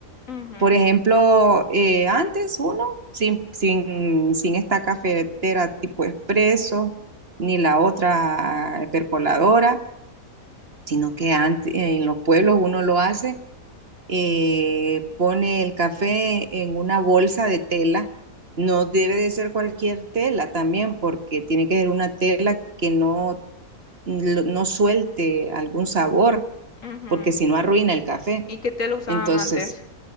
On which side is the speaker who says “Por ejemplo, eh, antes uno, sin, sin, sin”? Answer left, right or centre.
Right